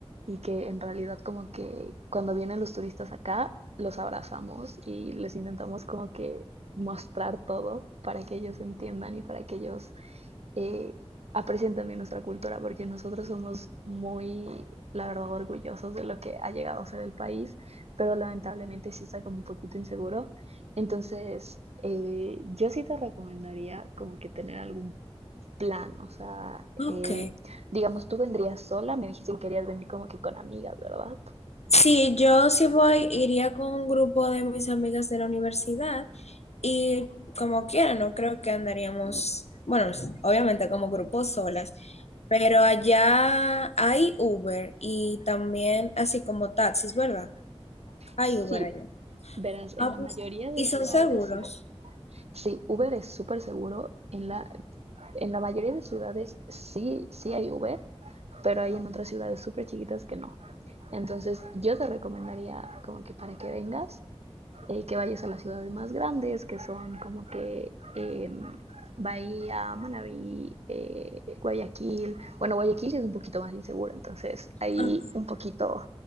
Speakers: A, on the right (about 75°); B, on the left (about 80°).
A: y que en realidad como que cuando vienen los turistas acá, los abrazamos y les intentamos como que mostrar todo para que ellos entiendan y para que ellos eh, aprecien también nuestra cultura, porque nosotros somos muy, la verdad, orgullosos de lo que ha llegado a ser el país, pero lamentablemente sí está como un poquito inseguro. Entonces, eh, yo sí te recomendaría como que tener algún plan, o sea,
B: Ok.
A: eh, digamos, tú vendrías sola, me dijiste que querías venir como que con amigas, ¿verdad?
B: Sí, yo sí voy, iría con un grupo de mis amigas de la universidad y como quiera, no creo que andaríamos, bueno, s- obviamente como grupos solas, pero allá hay Uber y también así como taxis, ¿verdad? Hay
A: Sí,
B: Uber allá.
A: verás, en
B: Ah,
A: la mayoría
B: pues,
A: de
B: y
A: ciudades
B: son seguros.
A: sí. Sí, Uber es súper seguro, en la, en la mayoría de ciudades sí, sí hay Uber. pero hay en otras ciudades súper chiquitas que no. Entonces yo te recomendaría como que para que vengas, eh, que vayas a las ciudades más grandes, que son como que eh, Bahía, Manabí, eh, Guayaquil. Bueno, Guayaquil es un poquito más inseguro, entonces ahí
B: Ah,
A: un poquito,